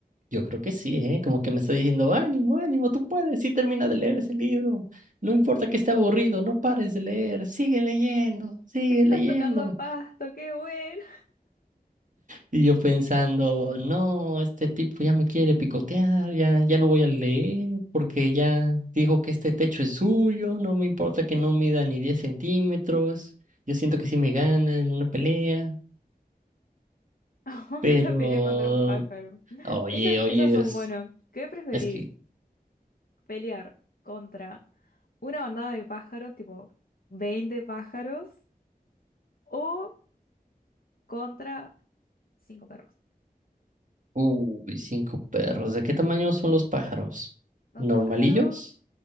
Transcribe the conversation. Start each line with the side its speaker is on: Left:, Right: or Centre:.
Right: yo creo que sí, ¿eh? Como que me está diciendo, ánimo, ánimo, tú puedes, sí termina de leer ese libro, no importa que esté aburrido, no pares de leer, sigue leyendo, sigue
Left: Estás
Right: leyendo.
Left: tocando pasto, qué bueno.
Right: Y yo pensando, no, este tipo ya me quiere picotear, ya, ya no voy a leer, porque ya dijo que este techo es suyo, no me importa que no mida ni 10 centímetros. Yo siento que sí me gana en una pelea.
Left: <laughs> Una
Right: Pero,
Left: pelea contra un pájaro.
Right: oye,
Left: Esas,
Right: oye,
Left: esas son,
Right: es,
Left: bueno, ¿qué preferís?
Right: es que,
Left: ¿Pelear contra una bandada de pájaros, tipo 20 pájaros, o contra cinco perros?
Right: uy, cinco perros. ¿De qué tamaño son los pájaros?
Left: Los
Right: ¿Normalillos?
Left: pájaros,